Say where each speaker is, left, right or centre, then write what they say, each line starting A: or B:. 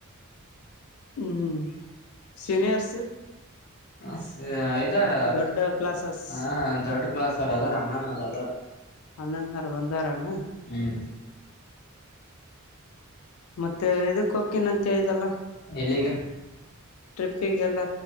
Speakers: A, on the left; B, on the left.
A: ಹ್ಮ್ ಸೀನಿಯರ್ಸ್
B: ಹ ಐದಾರ
A: ದೊಡ್ಡ ಕ್ಲಾಸಸ್
B: ಹ ದೊಡ್ಡ ಸರ್ ಅದಾರ ಅಣ್ಣ ನ ಅದಾರ
A: ಅಣ್ಣನಾರ ಬಂದಾರನ
B: ಹ್ಮ್
A: ಮತ್ತೆ ಇದಕ್ಕಕ್ಕಿನ ಅಂತೆ ಇಲ್ಲ
B: ಎಲ್ಲಿಗ
A: ಟ್ರಿಪ್ಪಿಗೆಲ್ಲ